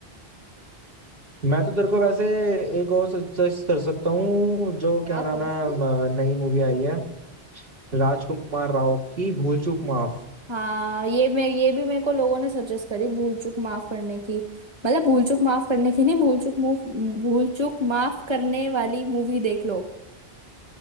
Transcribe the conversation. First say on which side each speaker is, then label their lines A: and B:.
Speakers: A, on the right; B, on the right.
A: मैं तो तेरे को वैसे एक और सजेस्ट कर सकता हूँ जो क्या
B: क्या
A: नाम
B: कौन
A: है
B: सी
A: अ, नई मूवी आई है राजकुमार राव की भूल चूक माफ
B: हाँ ये मैं ये भी मेरे को लोगों ने सजेस्ट करी भूल चूक माफ करने की मतलब भूल चूक माफ करने की नहीं भूल चूक मूव भूल चूक माफ करने वाली मूवी देख लो